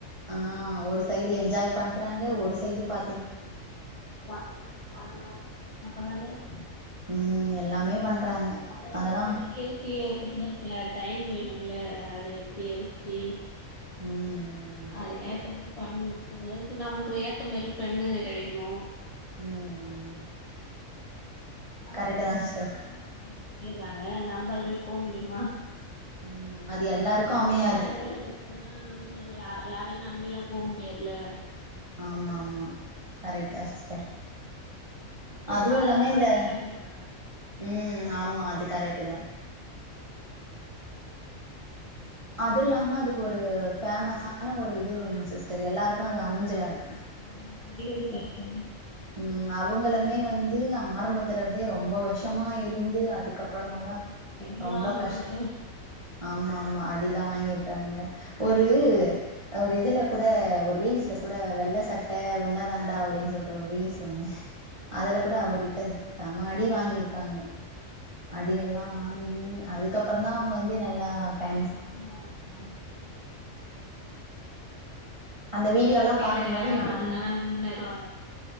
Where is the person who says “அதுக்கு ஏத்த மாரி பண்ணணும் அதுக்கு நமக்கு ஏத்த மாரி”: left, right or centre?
Left